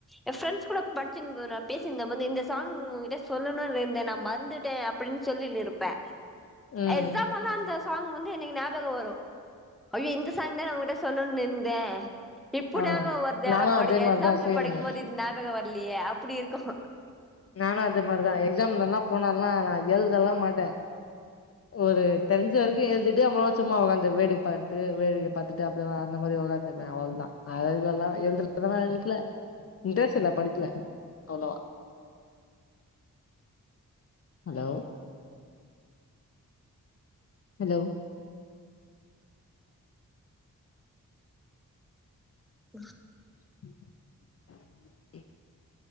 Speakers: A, in the centre; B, on the left.
A: என் ஃப்ரெண்ட்ஸ் கூட படிச்சு நா பேசியிருந்த போது இந்த சாங் உங்ககிட்ட சொல்லணும்னு இருந்தே நா மறந்துட்டே அப்டின்னு சொல்லினு இருப்பா
B: ம்
A: எக்ஸாமல்லா அந்த சாங் வந்து எனக்கு ஞாபக வரு ஐயோ இந்த சாங் தா உடு சொல்லநுந்த இப்ப
B: ஆ
A: ஞாபக வர்து
B: நானு
A: அட படி
B: அதே
A: எக்ஸாம்ல
B: மாரிதா சேம்மு
A: படிக்கு போது இது ஞாபக வர்லியே ப்டி இருக்கஹ
B: நானு அது மாரிதா எக்ஸாம்ல்லா போனல்லா நா எழுதலா மாட்டே ஒரு தெரிஞ்ச வரைக்கு எழுதிட்டு அவ்ள சும்மா உகாந்து வேடிக் பாத்துட்டு வேடிக்க பாத்தட்டு அப்படிய அந்த மாதிரி உகாந்துருவே அவ்ளதா இதுல்லா எழுதுத எழுக்கல இன்ட்ரெஸ்ட் இல்ல படிக்கல அவ்ளோவா ஹலோ ஹலோ
A: <inaudible>
B: <inaudible>